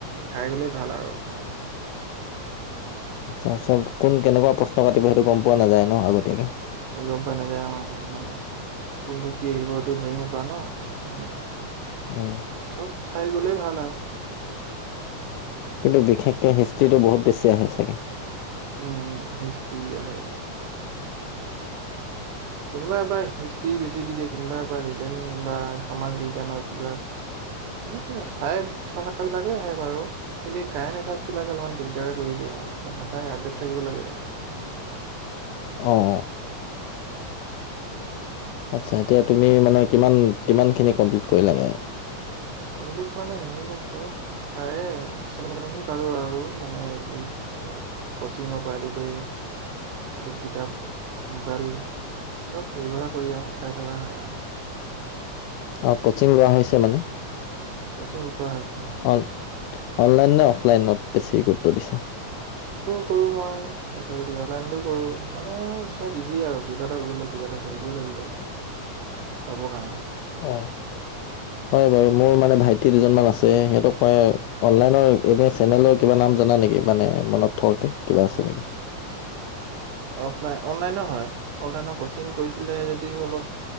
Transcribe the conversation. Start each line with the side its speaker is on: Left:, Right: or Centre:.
Right: চাই গ'লে ভাল আৰু।
Left: আচ্ছা চব কোন কেনেকুৱা প্ৰশ্ন কাটিব সেইটো গম পোৱা নাযায় ন আগতীয়াকে।
Right: গম পাই নাযায় মানে। কোনটো কি আহিব সেটো ধৰি নেপায় ন সেইকাৰণে।
Left: উম
Right: চব চাই গলেই ভাল আৰু
Left: কিন্তু বিশেষকে হিষ্ট্ৰিটো বহুত বেছি আহে চাগে!
Right: উম' হিষ্ট্ৰী আহে অ'। কোনোবা এবাৰ হিষ্ট্ৰী বেছি দি দিয়ে, কোনোবা এবাৰ ৰিজনিং বা সমাজ বিজ্ঞানৰ বিলাক ্ মানে চাই থকা বিলাকে আহে বাৰু কিন্তু এই কাৰেণ্ট এফেয়াৰ্ছ বিলাকে অলপমান দিগদাৰ কৰি দিয়ে। সদায় আপডেট থাকিব লাগে যে।
Left: অ অহ।
Right: যে
Left: আচ্ছা এতিয়া তুমি মানে কিমান কিমানখিনি কমপ্লিট কৰিলা গে।
Right: কমপ্লিট মানে সেনেকে নো ক'ত পাৰে <unintelligible> পাৰো আৰু মানে যি কিছু মানে ক'চিঙৰ পৰা আদি কৰি আদি কিতাপ মোবাইল চব ব্যৱহাৰ কৰি আৰু চাই থকা হয় আও।
Left: <inaudible> কচিং লোৱা হৈছে মানে।
Right: কচিং লোৱা হৈছে অ।
Left: অন অনলাইন নে অফলাইনত বেছি গুৰুত্ব দিছা।
Right: কৰো মই তাৰপিছত গতিক অনলাইনতটো কৰো মানে চব ইজি আৰু কিবা এটা কৰিব লাগে কিবা এটা কৰিবই লাগিব কি হ'ল?
Left: <inaudible>
Right: পাবৰ কাৰণে।
Left: অ হয় বাৰু মোৰ মানে ভাইটি দুজন মান আছে সিহঁতক মই অনলাইনৰ এটা চেনেলৰ কিবা নাম জানখ নেকি মানে মনত থকাকে কিবা আছে নেকি?
Right: উম, অফলাইন অনলাইন হয় অনলাইনৰ কচিং কৰিছিলে যদিও অলপ